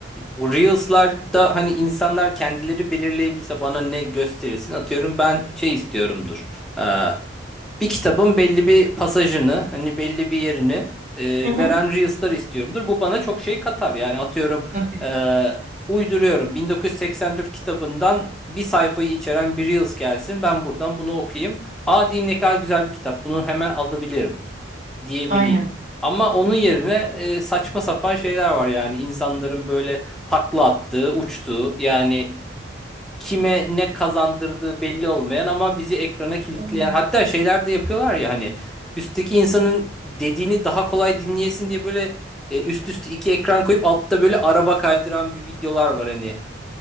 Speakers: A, in the centre; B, on the right.
A: bu Reels'larda hani insanlar kendileri belirleyebilse bana ne gösterilsin Atıyorum ben şey istiyorumdur. Ee, bir kitabın belli bir pasajını hani belli bir yerini e,
B: Hı hı.
A: veren Reels'lar istiyorumdur. Bu bana çok şey katar. Yani atıyorum
B: Tabii.
A: e, uyduruyorum 1984 kitabından bir sayfayı içeren bir Reels gelsin. Ben buradan bunu okuyayım. Aa diyeyim ne kadar güzel bir kitap. Bunu hemen alabilirim diyebileyim.
B: Aynen.
A: Ama onun yerine e, saçma sapan şeyler var yani insanların böyle takla attığı, uçtuğu yani kime ne kazandırdığı belli olmayan ama bizi ekrana kilitleyen
B: Aynen.
A: hatta şeyler de yapıyorlar ya hani üstteki insanın dediğini daha kolay dinleyesin diye böyle e, üst üste iki ekran koyup altta böyle araba kaydıran bir videolar var hani.